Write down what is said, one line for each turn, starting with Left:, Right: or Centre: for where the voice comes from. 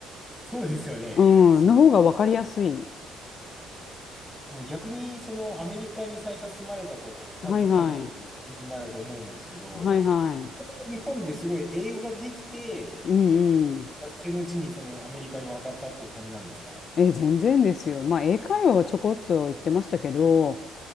Centre: そうですよね。
Left: うん、
Centre: いや、<laughs> でもすごい。
Left: の方が分かりやすい。
Centre: でも逆に、そのアメリカに最初住まれた頃、多分、
Left: はいはい。
Centre: 多分20年前だと思うんですけど、
Left: はいはい。
Centre: 日本ですごい英語ができて、
Left: うんうん。
Centre: 学生のうちにそのアメリカに渡ったっていう感じなんですか
Left: え、全然ですよ。まあ、英会話はちょこっと言ってましたけど、